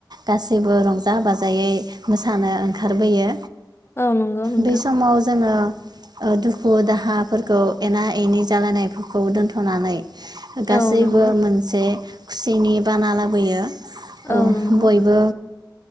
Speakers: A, on the right; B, on the left.
A: गासैबो रंजा बाजायै मोस मोसानो ओंखारबोयो।
B: औ नंगौ नोंथां।
A: बे समाव जोङो ओ दुखु दाहाफोरखौ एना एनि जालायनायफोरखौ दोनथ'नानै गासैबो
B: औ नंगौ
A: मोनसे खुसिनि बाना लाबोयो। ओ
B: औ नंगौ
A: बयबो